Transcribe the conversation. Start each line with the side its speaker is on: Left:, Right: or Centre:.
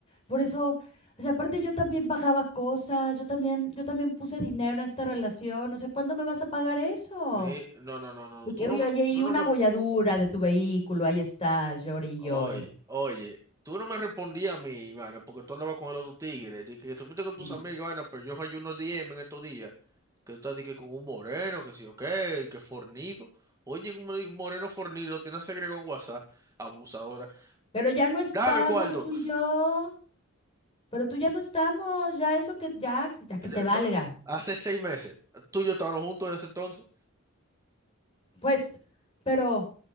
Left: Por eso, o sea, aparte yo también pagaba cosas, yo también, yo también puse dinero en esta relación. O sea, ¿cuándo me vas a pagar eso?
Right: mi- no, no, no, no,
Left: De
Right: tú
Left: que, oye,
Right: no me,
Left: oye, y
Right: tú
Left: una
Right: no me
Left: bolladura de tu vehículo, ahí está, llore y
Right: Oye,
Left: llore.
Right: oye, tú no me respondías a mí, vaina, porque tú andabas con el otro tigre. Dije que tú fuiste con tus
Left: Mm.
Right: amigas, vaina, pero yo hay unos DM en estos días. Que tú estás dije, con un moreno, que sí o que fornido. Oye, un un moreno fornido, lo tiene agregado en WhatsApp, abusadora.
Left: Pero ya no estamos
Right: Dame cuarto.
Left: tú y yo, pero tú ya no estamos, ya eso que ya ya que
Right: Eh,
Left: te
Right: eh,
Left: valga.
Right: no, Hace seis meses. Tú y yo estábamos juntos en ese entonces.
Left: Pues, pero